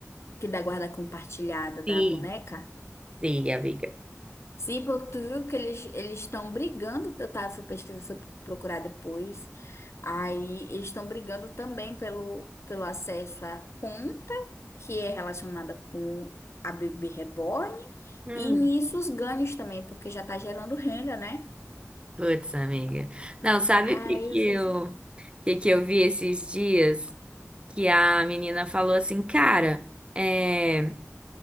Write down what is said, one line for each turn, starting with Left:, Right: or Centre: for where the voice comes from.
Left: que da guarda compartilhada da
Right: Sim,
Left: boneca.
Right: sim, amiga.
Left: Sim, porque tu viu que eles eles estão brigando, eu tava fui pesquisa fui procurar depois. Aí eles estão brigando também pelo pelo acesso à conta, que é relacionada com a bebê reborn,
Right: Hum,
Left: e nisso os ganhos também, porque já tá gerando renda, né?
Right: putz, amiga. Não, sabe
Left: Aí
Right: o que que
Left: eu falei
Right: eu,
Left: assim,
Right: o que que eu vi esses dias? Que a menina falou assim, cara, é,